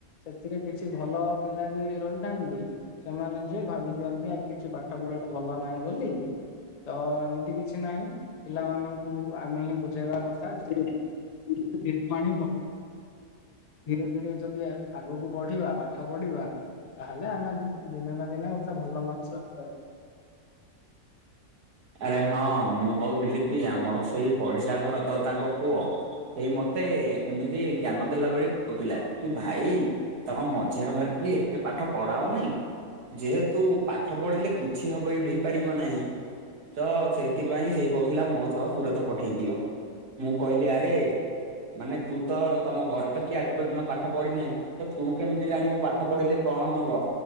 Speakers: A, on the left; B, on the right.
A: ସେଥିରେ କିଛି ଭଲ ପିଲା ବି ରହିଥାନ୍ତି। ସେମାନେ ଯେ ଭାବି ଦିଅନ୍ତି ଆ କିଛି ପାଠ ପଢ଼ା ରେ ଭଲ ନାହିଁ ବୋଲି। ତ ଏମିତି କିଛି ନାହିଁ ପିଲାମାନଙ୍କୁ ଆମେ ହିଁ ବୁଝେଇବା କଥା ଯେ ଧୀର ପାଣି ପ ଧୀରେ ଧୀରେ ଯଦି ଆଗକୁ ବଢିବା ପାଠ ପାଠ ପଢିବା ତାହେଲେ ଆମେ ଦିନେ ନା ଦିନେ ଗୋଟେ ଭଲ ମଣିଷ ହେଇପାରିବା।
B: ଆରେ ହଁ ମୁଁ କହୁଥିଲି କି ଆମର ସେଇ ପଡିଶା ଘର ଦଦାଙ୍କ ପୁଅ ସେଇ ମତେ ଏମିତି ଜ୍ଞାନ ଦେଲା ଭଳି କହୁଥିଲା କି ଭାଇ ତମ ମଝିଆ ଭାଇ କି ଏତେ ପାଠ ପଢାଉନି। ଯେହେତୁ ପାଠ ପଢ଼ିଲେ କୁଛି ହେବ ହେଇପାରିବ ନାହିଁ। ତ ସେଥିପାଇଁ ସେଇ କହୁଥିଲା ମୋ ସହ ସୁରାତ ପଠେଇ ଦିଅ, ମୁଁ କହିଲି ଆରେ ମାନେ ତୁ ତ ତମ ଘରେ ତ କିଏ ଆଜି ପର୍ଯ୍ୟନ୍ତ ପାଠ ପଢ଼ିନାହିଁ। ତ ତୁ କେମିତି ଜାଣିବୁ ପାଠ ପଢିଲେ କଣ ହବ?